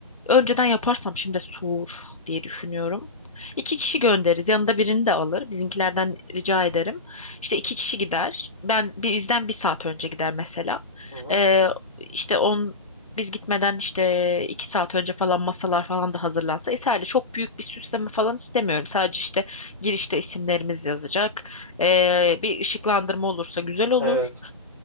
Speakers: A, on the left; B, on the left.
A: Önceden yaparsam şimdi soğur diye düşünüyorum. İki kişi göndeririz. Yanında birini de alır. Bizimkilerden rica ederim. İşte iki kişi gider. Ben bizden bir saat önce gider mesela.
B: Hı hı.
A: Ee, işte on biz gitmeden işte iki saat önce falan masalar falan da hazırlansa yeterli. Çok büyük bir süsleme falan istemiyorum. Sadece işte girişte isimlerimiz yazacak. Ee, bir ışıklandırma olursa güzel olur.
B: Evet.